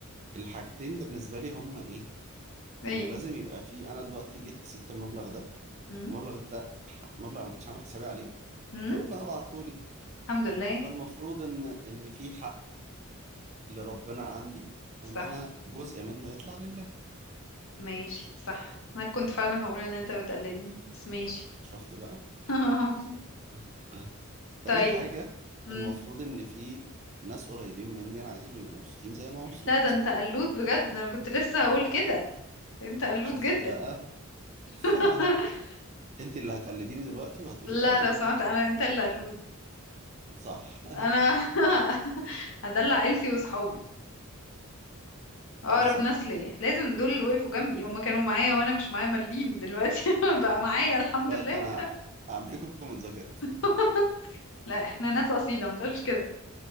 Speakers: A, on the right (about 35°); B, on the left (about 65°).
A: الحاجتين بالنسبة لي هما ايه
B: ايه
A: ان لازم يبقى في انا دلوقتي جيت كسبت المبلغ ده
B: امم
A: المبلغ ده ح- مبلغ انا ما كنتش عامل حسابي عليه
B: امم
A: فربنا بعته لي
B: الحمد لله
A: فالمفروض ان ان في حق اللي ربنا عندي
B: صح
A: ان انا جزء منه يطلع لله
B: ماشي صح انا كنت فعلا هقول ان انت بتقلدني بس ماشي
A: شفت بقى
B: <laughs>
A: <laughs> تاني
B: طيب
A: حاجة
B: امم
A: المفروض ان في ناس قريبين مني انا عايزهم يبقوا مبسوطين زي انا مبسوط
B: لا ده انت قلود بجد انا كنت لسه هقول كده انت قلود
A: شفت
B: جدا
A: بقى
B: <laughs>
A: <laughs> انت اللي هتقلديني دلوقتي وهتقولي
B: لا
A: بقى ايه
B: لو سمعت انا انت اللي قلود
A: صح <laughs>
B: انا <laughs> هدلع عيلتي وصحابي اقرب
A: بالظبط
B: ناس ليا لازم دول اللي وقفوا جنبي هما كانوا معايا وانا مش معايا مليم دلوقتي <laughs> بقى معايا الحمد
A: دلوقتي
B: لله
A: انا ه- همحيكم من ذاكرتي
B: <laughs> لا احنا ناس اصيله ما تقولش كده